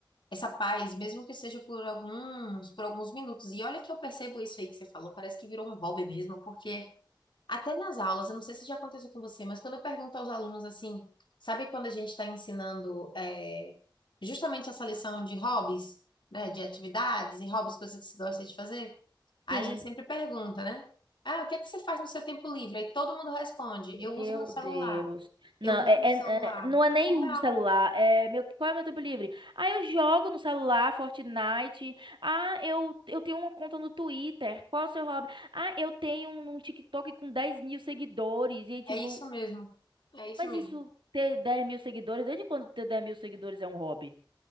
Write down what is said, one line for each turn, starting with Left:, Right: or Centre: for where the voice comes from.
Left: essa paz, mesmo que seja por alguns, por alguns minutos. E olha que eu percebo isso aí que você falou, parece que virou um hobby mesmo, porque até nas aulas, eu não sei se já aconteceu com você, mas quando eu pergunto aos alunos assim, sabe quando a gente está ensinando é, justamente essa lição de hobbies, né, de atividades e hobbies, coisas que se gosta de fazer? Aí
Right: Sim.
Left: a gente sempre pergunta, né? Ah, o que é que você faz no seu tempo livre? Aí todo mundo responde,
Right: Meu
Left: eu uso meu celular.
Right: Deus. Não,
Left: Eu uso
Right: é,
Left: meu
Right: é-
Left: celular.
Right: é- não é nem
Left: é
Right: uso
Left: Real,
Right: celular. É meu, qual é meu tempo livre? Ah, eu jogo no celular, Fortnite. Ah, eu, eu tenho uma conta no Twitter. Qual é o seu hobby? Ah, eu tenho um, um TikTok com 10 mil seguidores. E aí, tipo,
Left: é isso mesmo. É isso
Right: mas
Left: mesmo.
Right: isso ter 10 mil seguidores, desde quando ter 10 mil seguidores é um hobby?